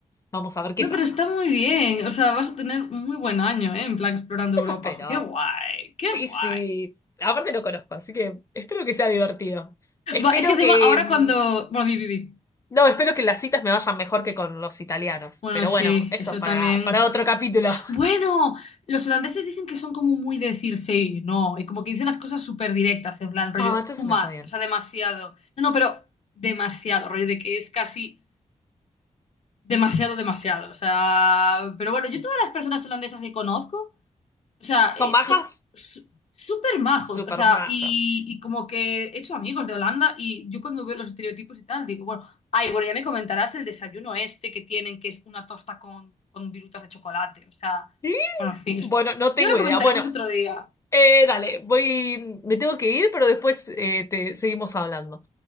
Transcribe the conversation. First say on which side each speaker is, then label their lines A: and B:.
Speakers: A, on the left (about 25°); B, on the left (about 60°).
A: vamos a ver qué
B: No,
A: pasa.
B: pero está muy bien. O sea, vas a tener muy buen año, ¿eh? En plan explorando
A: Eso
B: Europa.
A: espero.
B: Jo, qué guay, qué
A: Y
B: guay.
A: sí, aparte lo conozco, así que espero que sea divertido. Espero
B: Va, es que encima
A: que...
B: ahora
A: mm,
B: cuando... Bueno, di, di, di.
A: No, espero que las citas me vayan mejor que con los italianos.
B: Bueno,
A: Pero
B: sí,
A: bueno, eso
B: eso
A: es para,
B: también.
A: para otro capítulo. <laughs>
B: Bueno, los holandeses dicen que son como muy de decir sí, no, y como que dicen las cosas súper directas, en plan rollo,
A: Ah, entonces
B: too much,
A: me está bien.
B: o sea, demasiado. No, no, pero demasiado, rollo de que es casi demasiado, demasiado. O sea, pero bueno, yo todas las personas holandesas que conozco o sea,
A: ¿Son
B: eh,
A: majas?
B: to- su- súper majos,
A: Súper
B: o sea,
A: majas.
B: y, y como que he hecho amigos de Holanda y yo cuando veo los estereotipos y tal, digo, bueno, ay, bueno, ya me comentarás el desayuno este que tienen, que es una tosta con, con virutas de chocolate, o sea,
A: ¿Y?
B: bueno, en fin,
A: Bueno,
B: esto
A: no tengo
B: ya lo
A: idea.
B: comentaremos
A: Bueno,
B: otro día.
A: eh, dale, voy... Me tengo que ir, pero después eh, te seguimos hablando.